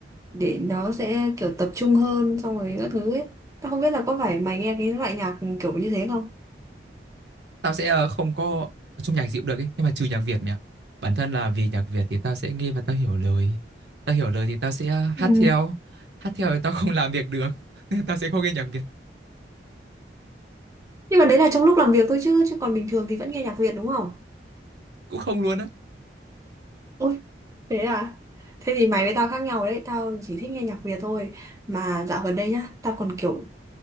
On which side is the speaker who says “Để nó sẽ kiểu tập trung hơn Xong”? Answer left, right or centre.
Right